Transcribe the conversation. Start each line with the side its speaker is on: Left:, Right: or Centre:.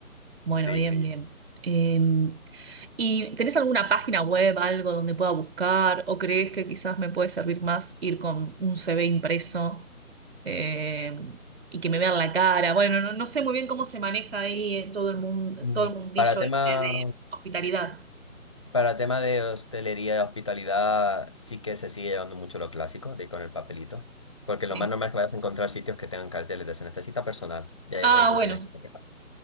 Right: Bueno,
Left: Sí,
Right: bien, Sí. bien. Eh, ¿y tenés alguna página web, algo donde pueda buscar? ¿O crees que quizás me puede servir más ir con un CV impreso? eh, y que me vean la cara. Bueno, no, no sé muy bien cómo se maneja ahí eh, todo el mundo,
Left: Mm,
Right: todo el mundillo
Left: Para tema,
Right: este de hospitalidad.
Left: para tema de hostelería y hospitalidad, sí que se sigue llevando mucho lo clásico, de ir con el papelito. Porque
Right: Sí.
Left: lo más normal es que vayas a encontrar sitios que tengan carteles de se necesita personal, ya
Right: Ah,
Left: es donde tú
Right: bueno,
Left: tienes que pegar.